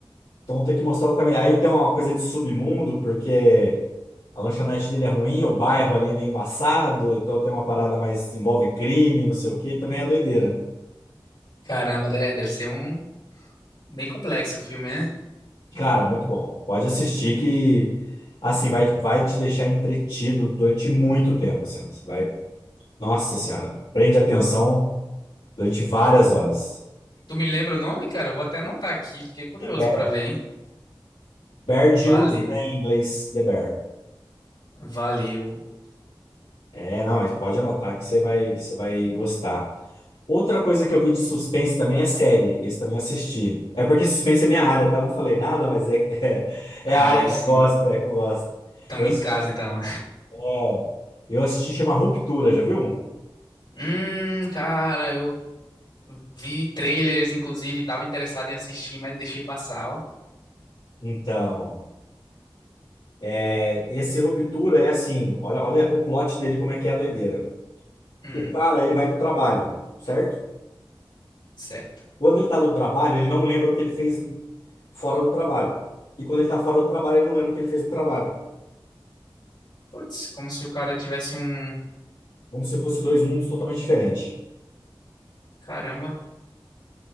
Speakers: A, on the left; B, on the left.
A: Então tem que mostrar o caminho. Aí tem uma coisa de submundo, porque a lanchonete dele é ruim, o bairro ali é meio embaçado, então tem uma parada mais envolve crime, não sei o quê, também é doideira.
B: Caramba, de- deve ser um bem complexo o filme, né?
A: Cara, muito bom. Pode assistir que assim vai, vai te deixar entretido durante muito tempo, assim. Você vai, nossa senhora, prende atenção durante várias horas.
B: Tu me lembra o nome, cara? Eu vou até anotar aqui, fiquei curioso
A: The Bear.
B: pra ver, hein?
A: Bear de
B: Valeu,
A: urso, né, em inglês, The Bear.
B: valeu.
A: É, não, mas pode anotar que você vai, você vai gostar. Outra coisa que eu vi de suspense também é série. Esse também eu assisti. É porque suspense é minha área, tá? Eu não falei nada, mas é, <laughs> é, é
B: Aí
A: a área que
B: sim.
A: eu gosto, é que eu gosto.
B: Tamo
A: Eu
B: em
A: assisti,
B: casa
A: um-
B: então.
A: é, eu assisti chama Ruptura, já viu?
B: Hum, cara, eu Vi trailers, inclusive, estava interessado em assistir, mas deixei passar, ó.
A: Então, é, esse Ruptura é assim, olha, olha o plot dele, como é que é a doideira.
B: Hum,
A: O cara, ele vai pro trabalho, certo?
B: certo.
A: Quando ele tá do trabalho, ele não lembra o que ele fez fora do trabalho. E quando ele tá fora do trabalho, ele não lembra o que ele fez no trabalho.
B: Putz, como se o cara tivesse um.
A: Como se fosse
B: um-
A: dois mundos totalmente diferentes.
B: Caramba,